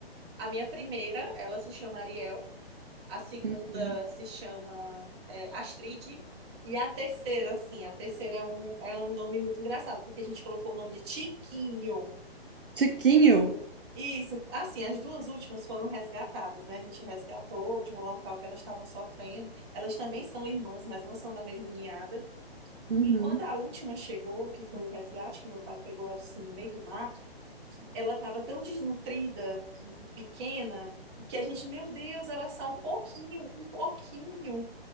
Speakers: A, on the right; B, on the right.
A: A minha primeira, ela se chama Ariel. A segunda
B: Uhum.
A: se chama é, Astrid. E a terceira, assim, a terceira é um, é um nome muito engraçado, porque a gente colocou o nome de Tiquinho.
B: Tiquinho?
A: Isso, assim, as duas últimas foram resgatadas, né? A gente resgatou de um local que elas estavam sofrendo. Elas também são irmãs, mas não são da mesma ninhada.
B: Uhum.
A: E quando a última chegou, que foi o resgate, que meu pai pegou ela assim no meio do mato, ela estava tão desnutrida e pequena que a gente, meu Deus, ela é só um pouquinho, um pouquinho.